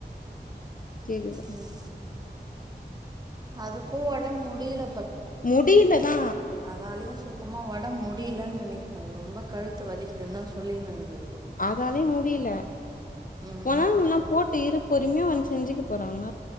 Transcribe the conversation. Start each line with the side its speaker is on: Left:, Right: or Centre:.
Left: கேக்குது
Right: ம் அதுக்கு ஒடம் முடியில
Left: முடிலதா
Right: அதாலயு சுத்தமா ஒடம் முடியிலன் நெனக்கிற அது ரொம்ப கழுத்து வலிக்குதுன்னு தா சொல்லிகின்னு இருந்துது
Left: அதாலயு முடில
Right: ம்
Left: ஒன்னால முட்லனா போட்டு இரு பொருமையா வந்து செஞ்சுக்க போறாங்க